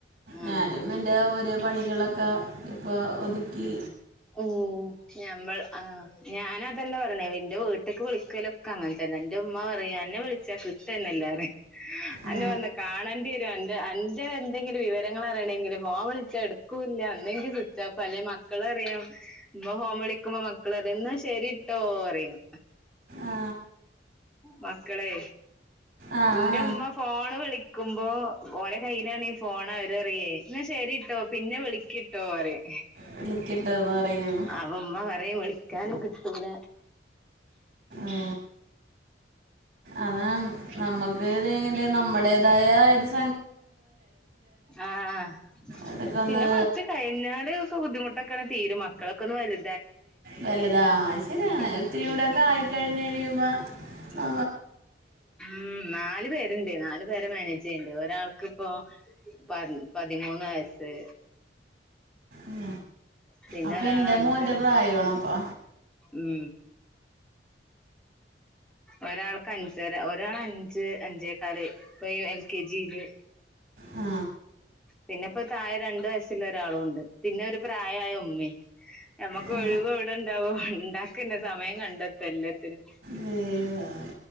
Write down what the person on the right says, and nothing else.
ഞാനും എൻ്റെ ഒരെ പണികളൊക്കെ ക ഇപ്പൊ ഒതുക്കി
ആ.
ആ
ആ
ആ.
വിളിക്കട്ടെ എന്ന് പറയുന്നു
ആ അതാ നമക്ക് ഇത് നമ്മടേതായ <inaudible>
അതൊക്കെ ഒന്ന്
വലുതാ ശരിയാണ് ഇത്തിരികൂടെ
ആയികഴിഞ്ഞു കഴയുബോ ആ
ഉം
അപ്പൊ എൻ്റെ മോൻ്റെ പ്രായമാണ് അപ്പൊ
ആ
ആ.
ദൈവമേ.